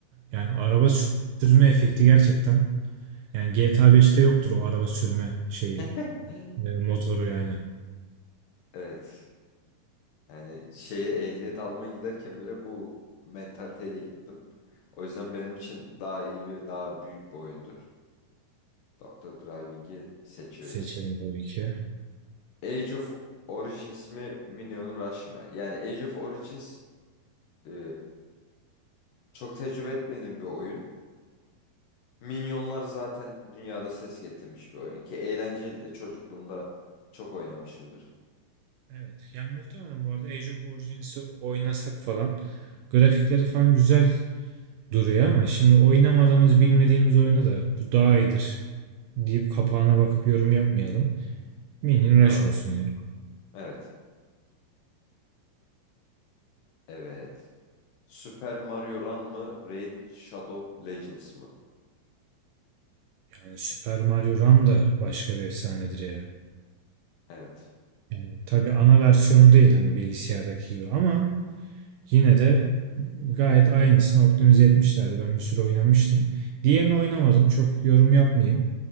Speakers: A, on the right; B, on the left.
A: Yani araba sürme efekti gerçekten. Yani GTA 5'te yoktur o araba sürme şeyi.
B: <laughs>
A: E, motoru yani.
B: Evet. Yani şeye ehliyet almaya giderken bile bu mentaliteyle gittim. O yüzden benim için daha iyi ve daha büyük bir oyundur. Doktor Driving'i seçiyoruz.
A: Seçelim tabii ki.
B: Age of Origins mi Minion Rush mı? Yani Age of Origins e, çok tecrübe etmediğim bir oyun. Minyonlar zaten dünyada ses getirmiş bir oyun ki eğlenceli de çocukluğumda çok oynamışımdır.
A: Evet. Yani muhtemelen bu arada Age of Origins'i oynasak falan grafikleri falan güzel duruyor ama şimdi oynamadığımız bilmediğimiz oyuna da bu daha iyidir deyip kapağına bakıp yorum yapmayalım. Minion
B: Doğru.
A: Rush olsun ya.
B: Evet. Evet. Super Mario Run mı Raid Shadow Legends mı?
A: Yani Super Mario Run da başka bir efsanedir ya.
B: Evet.
A: Yani tabii ana versiyonu değil hani bilgisayardaki gibi ama Yine de gayet aynısını optimize etmişlerdi. Ben bir süre oynamıştım. Diğerini oynamadım. Çok yorum yapmayayım.